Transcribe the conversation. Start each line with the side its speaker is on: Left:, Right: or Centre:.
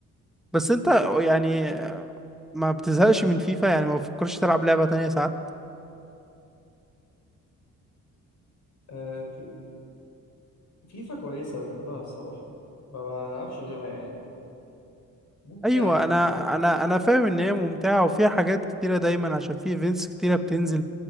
Centre: بس انت يعني ما بتزهقش من فيفا يعني ما بتفكرش تلعب لعبة تانية ساعات
Left: آه في- فيفا كويسه بحبها الصراحه ما بلعبش غيرها يعني ممتعه
Centre: ايوه
Left: كده
Centre: انا
Left: فاهم
Centre: انا انا فاهم ان هي ممتعة وفيها حاجات كتيرة دايما عشان في ايفنتس كتيرة بتنزل